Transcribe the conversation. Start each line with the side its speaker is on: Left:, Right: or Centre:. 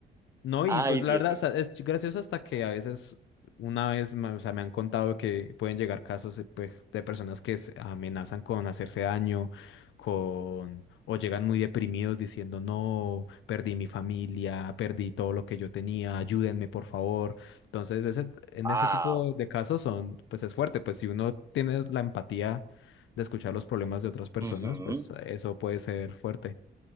Left: No,
Right: Ay,
Left: y pues la
Right: Dios
Left: verdad,
Right: mío.
Left: o sea, es gracioso hasta que a veces, una vez, ma- o sea, me han contado que pueden llegar casos eh, pues, de personas que se amenazan con hacerse daño, con, o llegan muy deprimidos diciendo, no, perdí mi familia, perdí todo lo que yo tenía, ayúdenme, por favor. Entonces, ese, en
Right: Wow.
Left: ese tipo de casos son, pues es fuerte, pues si uno tiene la empatía de escuchar los problemas de otras personas,
Right: Ujú.
Left: pues eso puede ser fuerte.